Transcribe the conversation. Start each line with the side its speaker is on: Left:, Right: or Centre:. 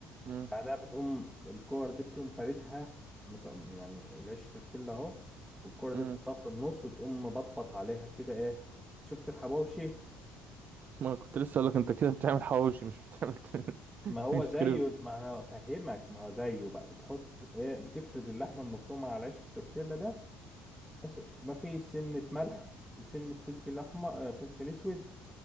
Right: امم
Centre: بعدها بتقوم الكور دي بتقوم فاردها مط- يعني العيش التورتيل أهو والكورة دي
Right: امم
Centre: تحطها في النص وتقوم بطبط عليها كده إيه شفت الحواوشي
Right: ما كنت لسه اقول لك انت كده بتعمل حواوشي مش بتعمل <laughs>
Centre: ما هو زيه
Right: كريب
Centre: ما انا افهمك ما هو زيه بقى بتحط ايه بتفرد اللحمه المفرومه على عيش التورتيلا ده ماشي مفيش سنة ملح وسنة فلفل أحمر آه، فلفل أسود